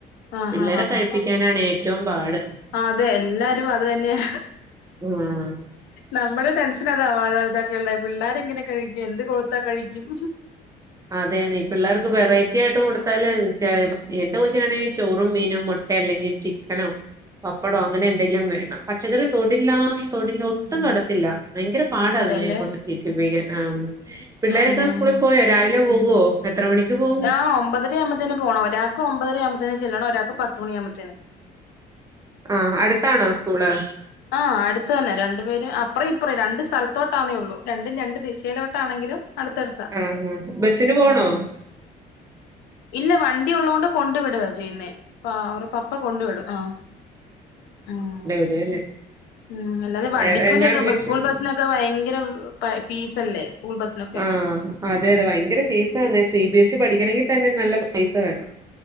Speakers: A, on the left (about 80°); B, on the right (about 20°).
A: ആഹ് ആഹ്
B: പിള്ളേരെ
A: ആഹ് ആഹ്
B: കഴിപ്പിക്കാനാണ്
A: ആഹ് ആഹ്
B: ഏറ്റവും പാട്
A: അതെ എല്ലാരും അത് തന്നെയാ
B: ആഹ്
A: നമ്മളെ ടെൻഷനതാ മാതാപിതാക്കള്ടെ പിള്ളാരെങ്ങനെ കഴിക്കും എന്ത് കൊടുത്താ കഴിക്കും
B: അതെന്നെ പിള്ളേർക്ക് വെറൈറ്റിയായിട്ട് കൊട്ത്താല് ചേ എന്റെ കൊച്ചിനാണെങ്കി ചോറും മീനും മു ട്ടെ അല്ലെങ്കി ചിക്കനോ പപ്പടോ അങ്ങനെന്തെങ്കിലും വേണം പച്ചക്കറി തൊടില്ലാ തൊടില്ല ഒട്ടും തൊടത്തില്ല ഭയങ്കര പാടാ
A: അതെല്ലേ
B: അതിനെ കൊണ്ട് തീറ്റിപ്പിക്കാൻ ആഹ് പിള്ളേരൊക്കെ
A: ഉം ഉം
B: സ്കൂളി പോയോ രാവിലെ പോകോ എത്ര മണിക്ക് പോവും
A: ആഹ് ഒമ്പതരയാവുമ്പത്തേനും പോണം ഒരാക്ക് ഒമ്പതരയാവുമ്പത്തേനും ചെല്ലണം ഒരാക്ക് പത്തുമണിയാവുമ്പത്തേനും
B: ആഹ് അട്ത്താണോ സ്കൂള്
A: ആഹ് അട്ത്ത്തന്നെ രണ്ടു പേരും അപ്പറം ഇപ്പറം രണ്ട് സ്ഥലത്തോട്ടാന്നെ ഒള്ളൂ രണ്ടും രണ്ട് ദിശയിലോ ട്ടാണെങ്കിലും അട്ത്തട്ത്താ
B: ആഹ് ആഹ് ബസിന് പോണോ
A: ഉം ഇല്ല വണ്ടി ഉള്ളോണ്ട് കൊണ്ട് വിട് ചെയ്യുന്നേ പ്പ അവര്ടെ പപ്പ കൊണ്ട് വിടും ആഹ് ഉം
B: <unintelligible>
A: ഉം അല്ലാതെ വണ്ടിക്കൂലൊക്കെ
B: വേറെ എന്നാ ഉണ്ട്
A: ബ
B: വിശേഷം
A: സ്കൂള് ബസിനൊക്കെ ഭയങ്കര പൈ ഫീസല്ലേ സ്കൂൾ ബസ്സിനൊക്കെ
B: ആഹ് അതെ അതെ ഭയങ്കര ഫീസാന്ന് സിബിഎസ്ഇ പഠിക്കണെങ്കി തന്നെ നല്ല പൈസ വേണം